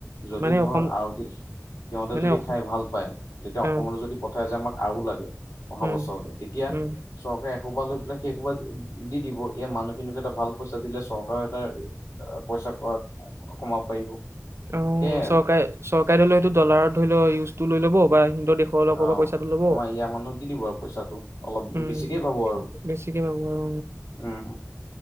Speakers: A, on the left (about 70°); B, on the right (about 55°).
A: যদি
B: মানে
A: ধৰ
B: অসম
A: আৰু য সিহঁতে
B: মানে
A: যদি
B: অসম
A: খাই ভাল পায় তেতিয়া
B: অ
A: অসমলৈ যদি পঠায় যে আমাক আৰু লাগে অহা
B: উম
A: বছৰলৈ তেতিয়া
B: উম
A: চৰকাৰে সোবা লৈ পেলাই সেই সোপা দি দিব এই মানুহখিনিক এটা ভাল পইচা দিলে চৰকাৰে এটা পইচা কমাব পাৰিব।
B: অ
A: সেয়াই আৰু
B: চৰকাৰে চৰকাৰে ধৰি লও সেইটো ডলাৰত ধৰি লওক ইউজটো লৈ ল'ব বা অহ। দেশৰ লগৰ পৰা
A: অ'।
B: পইচাটো ল'ব।
A: আমাৰ ইয়াৰ মানুহক দি দিব আৰু পইচাটো অলপ
B: উম
A: বেছিকে পাব আৰু
B: বেছিকে পাব আৰু
A: উম।